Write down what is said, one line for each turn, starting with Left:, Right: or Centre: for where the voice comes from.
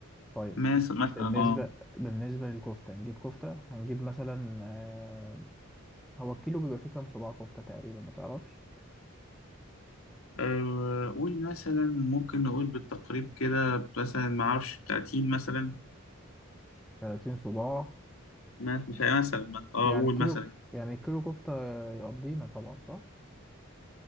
Centre: طيب
Left: ماس- مثلا
Centre: بالنسبة
Left: اه
Centre: بالنسبة للكفتة هنجيب كفتة هنجيب مثلا آه، هو الكيلو بيبقى فيه كام صباع كفتة تقريبا ما تعرفش
Left: أه، قول مثلا ممكن نقول بالتقريب كده مثلا ما اعرفش 30 مثلا
Centre: 30 صباع
Left: ما- مش عارف مثلا ما- اه
Centre: يعني
Left: قول
Centre: كيلو
Left: مثلا
Centre: يعني كيلو كفتة يقضينا طبعا صح؟